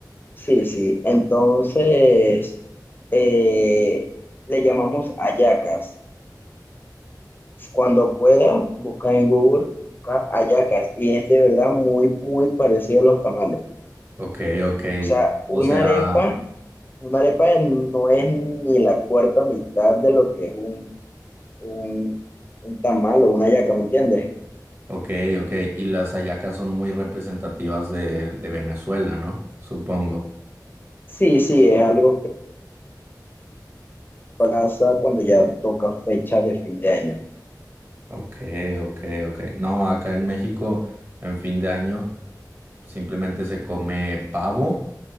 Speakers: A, on the left; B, on the right.
A: Sí, sí. Entonces, eh, le llamamos hallacas. Cuando pueda, busca en Google, busca hallacas y es de verdad muy, muy parecido a los tamales.
B: Ok, ok.
A: O sea, una
B: O sea,
A: arepa, una arepa no es ni la cuarta mitad de lo que es un, un, un tamal o una hallaca ¿me entiendes?
B: ok, ok. Y las hallacas son muy representativas de, de Venezuela, ¿no? Supongo.
A: Sí, sí, es algo que pasa cuando ya toca fecha de fin de año.
B: Ok, ok, ok. No, acá en México, en fin de año, simplemente se come pavo.